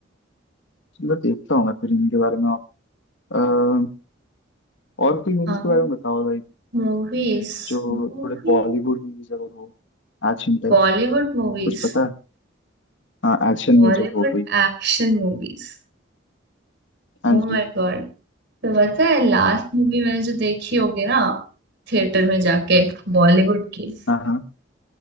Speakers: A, on the left (about 70°); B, on the right (about 65°).
A: चलो देखता हूँ मैं फिर इनके बारे में और अ, और कोई मूवीज
B: हाँ
A: के बारे में बताओ like
B: Movies
A: जो
B: movie
A: थोड़े बॉलीवुड मूवीज अगर हो एक्शन टाइप्स
B: Bollywood movies
A: कुछ पता है हाँ एक्शन
B: Bollywood
A: में जो हो कोई
B: action movies
A: हाँ
B: Oh
A: जी
B: my God तो पता है लास्ट मूवी मैंने जो देखी होगी ना थिएटर में जाके बॉलीवुड की
A: हाँ हाँ